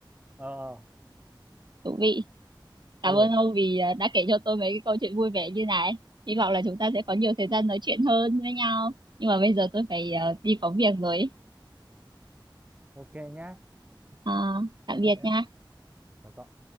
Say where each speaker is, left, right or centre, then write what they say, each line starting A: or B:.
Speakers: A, on the right; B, on the right.
A: ờ
B: thú vị cảm
A: ừ
B: ơn ông vì ờ, đã kể cho tôi mấy cái câu chuyện vui vẻ như này hy vọng là chúng ta sẽ có nhiều thời gian nói chuyện hơn với nhau nhưng mà bây giờ tôi phải ờ, đi có việc rồi
A: ok nhá
B: à, tạm
A: chào
B: biệt
A: cậu nhé
B: nha
A: chào cậu